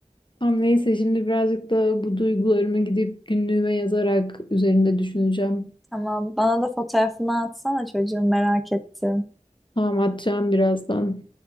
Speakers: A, on the left; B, in the centre.
A: Tam neyse şimdi birazcık da bu duygularımı gidip günlüğüme yazarak üzerinde düşüneceğim.
B: Tamam, bana da fotoğrafını atsana çocuğum merak ettim.
A: Tamam atacağım birazdan.